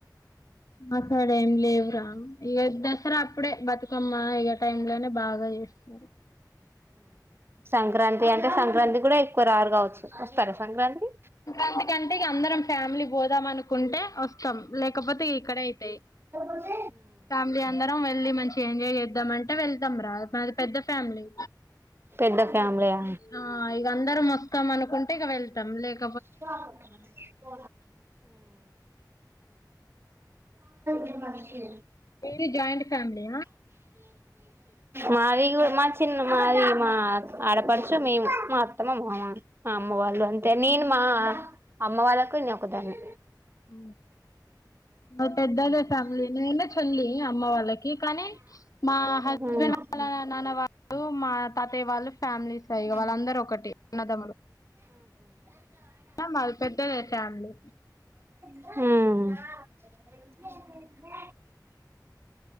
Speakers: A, on the left (about 50°); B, on the right (about 30°).
A: అక్కడేం లేవురా ఈ దసరా అప్పుడే బతుకమ్మ ఈ టైమ్ లోనే. బాగా చేస్తారు
B: సంక్రాంతి అంటే సంక్రాంతి కూడా ఎక్కువ రారు కావచ్చు. వస్తారా సంక్రాంతికి
A: సంక్రాంతికి అంటే అందరం ఫ్యామిలీ పోదాం అనుకుంటే వస్తాం లేకపోతే. అక్కడ అయితాయి.
B: <inaudible>
A: ఫ్యామిలీ అందరం వెళ్ళి మంచి ఎంజాయ్ చేద్దామంటే వెళ్తాం రా మాది పెద్ద ఫ్యామిలీ.
B: పెద్ద ఫ్యామిలీయా
A: ఆ ఇగ అందరం వస్తాం అనుకుంటే ఇక వెళ్తాం లేక
B: హ్మ్ గ మషి
A: మది జయిట్ ఫైమలీ
B: మాది మా చిన్న మాది మా ఆడపడుచు మేము మా అత్తమమ్ అమ్ అమ్మ వాళ్ళు అంటే నేను మా అమ్మ వాళ్ళకు ఇ ఒకదాన్ని
A: అ మా పెద్దదే ఫ్యామిలీ నేనే చల్లి అమ్మ వాళ్ళకి కానీ మా హస్బెండ్
B: ఉమ్ ఉమ్
A: నాన్న వాళ్ళు మా తాతయ వాళ్ళు ఫ్యామిలీస్
B: ఆ
A: వాళ్ళందరరు ఒకటి అన్నదములు మల్పెద్ద ఫ్యామిలీ
B: ఆ
A: హు